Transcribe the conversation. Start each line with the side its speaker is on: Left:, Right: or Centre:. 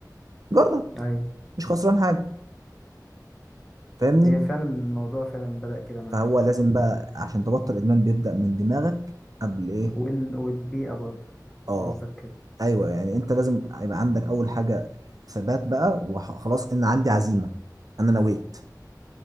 Right: جرب
Centre: ايوه
Right: مش خسران حاجة فاهمني
Centre: هي فعلا الموضوع فعلا بدأ كده معايا
Right: فهو لازم بقى عشان تبطل ادمان بيبدأ من دماغك قبل ايه
Centre: وال- والبيئة برضه
Right: اه
Centre: قصدك كده
Right: ايوه يعني انت لازم يبقى عندك اول حاجة ثبات بقى وخلاص ان عندي عزيمة انا نويت